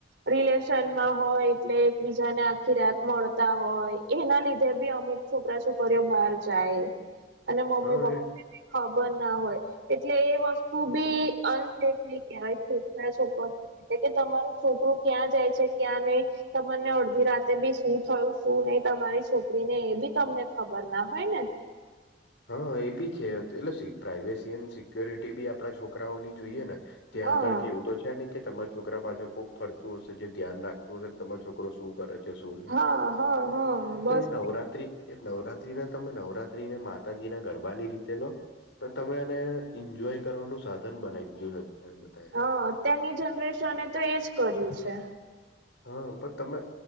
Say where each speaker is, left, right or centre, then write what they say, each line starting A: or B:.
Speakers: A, on the right; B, on the left.
A: રિલેશનમાં હોય એટલે એકબીજાને ખીરાત મળતા હોય એના લીધે બી અમુક છોકરા છોકરીઓ બહાર જાય અને મમ્મી
B: હા
A: પપ્પાને
B: એ
A: ખબર ના હોય એટલે એ વસ્તુ બી અનસેફ નહી કહેવાય છોકરા છોકરીઓ એ કે તમારું છોકરું ક્યાં જાય છે ક્યાં નહી તમને અડધી રાતે બી શું થયું શું નઈ તમારી છોકરીને એ બી તમને ખબર ના હોય ને
B: હા એ બી છે એટલે પ્રાાઈવેસી એ સિક્યોરિટી બી આપડા છોકરાઓની જોઈએ ને ત્યાં
A: હા
B: આગળ કે એવું તો છે, ને કે તમારા છોકરા પાસે કોક ફરતું હશે જે ધ્યાન રાખતું હશે તમારો છોકરો શું કરે છે, શું નહી
A: હા હા હા બસ
B: તો એ નવરાત્રી એ નવરા ત્રીના તમે નવરાત્રીને માતાજીના ગરબાની રીતે લો પણ તમે એને એન્જોય કરવાનું સાધન બનાય દીધુ <unintelligible>
A: હ અત્યારની જનરેશને તો એજ કર્યું છે.
B: હા પણ તમે